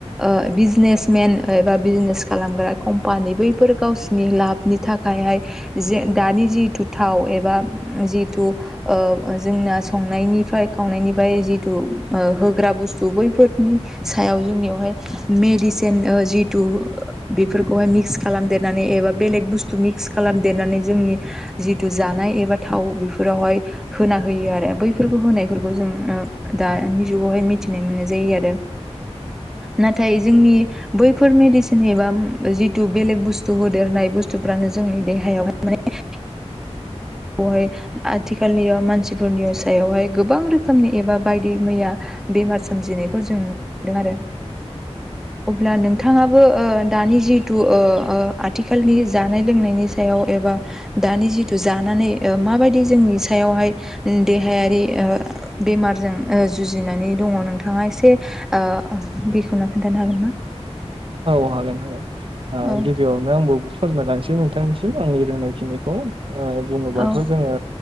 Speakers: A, in the centre; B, on the right (about 50°).
A: ओ बिजनेस मेन एबा बिजनेस खालामग्रा कम्पानि बैफोर गावसिोरनि लाबनि थाखायहाय जे दानि जिहथु थाव एबा जिहथु जोंना संनायनिफ्राय खावनायनि जिहथु ओ होग्रा बुस्तु बैफोरनि सायाव जोंनियावहाय मेदिसिन जिथु बेफोरखौहाय मिक्स खालामदेरनानै एबा बेलेग बुस्थु मिक्स खालामदेरनानै जोंनि जितु जानाय एबा थाव बेफोरावहाय होना होयो आरो बैफोरखौ होनायफोरखौ जों ओ दानि जुगावहाय मिथिनाय मोननाय जायो आरो। नाथाय जोंनि बैफोर मेडिसिन एबा जिथु बेलेग बुस्थु होदेरनाय बुस्थुफ्रानो जोंनि देहायावाय माने
B: <inaudible>
A: बेवहाय आथिखालयाव मानसिफोरनि सायावहाय गोबां रोखोमनि एबा बायदि मैया <unintelligible> बेमार सोमजिनायखौ जों नुदों आरो।
B: <inaudible>
A: अब्ला नोंथाङाबो ओ दानि जिु ओ-ओ आथिखालनि जानाय लोंनायनि सायाव एबा दानि जिथु जानाय माबादि जोंनि सायावहाय देहायारि ओ बेमारजों ओ जुजिनाय दङ नोंथाङा एसे ओ बेखवनो खिथानो हागोन ना?
B: औ हागोन हागोन
A: औ
B: गिबियावनो आंबो फोरमायलांसै नोंथांनिसिम आंनि रोंनायखिनिखौ बुङोबाथ'
A: औ
B: जोङो